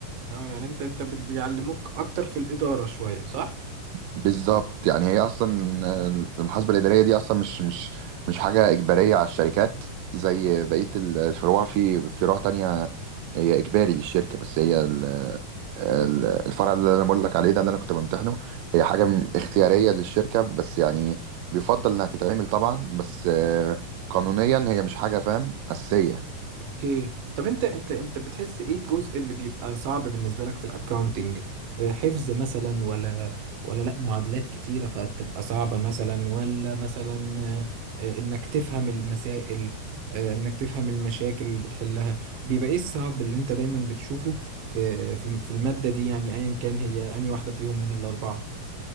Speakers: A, on the right; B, on the right.
A: اه يعني انت انت بت- بيعلموك اكتر في الاداره شويه صح
B: بالظبط يعني هي اصلا آه، المحاسبه الاداريه دي اصلا مش مش مش حاجه اجباريه على الشركات زي بقيه الفروع في فروع تانية هي اجباري للشركه بس هي ال- ال- الفرع اللي انا بقول لك عليه ده اللي انا كنت بمتحنه هي حاجه م- اختياريه للشركه بس يعني بيفضل انها تتعمل طبعا بس آه، قانونيا هي مش حاجه فاهم اساسيه
A: اوكي طب انت انت انت بتحس ايه الجزء اللي بيبقى صعب بالنسبه لك في الاكاونتنج آه، حفظ مثلا ولا ولا لا معادلات كتيره فبتبقى صعبه مثلا ولا مثلا آه، آه، انك تفهم المسائل آه، انك تفهم المشاكل اللي بتحلها بيبقى ايه الصعب اللي انت دايما بتشوفه في في في الماده دي يعني ايا كان هي اني واحده فيهم من الاربعه